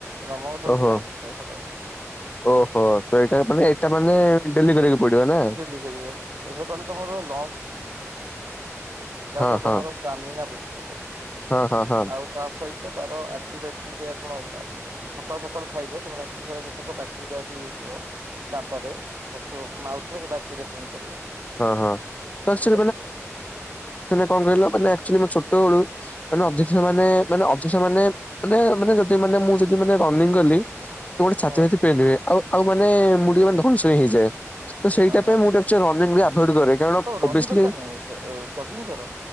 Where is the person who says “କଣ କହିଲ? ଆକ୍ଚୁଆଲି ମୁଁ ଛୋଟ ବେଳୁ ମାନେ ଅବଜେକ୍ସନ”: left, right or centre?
Left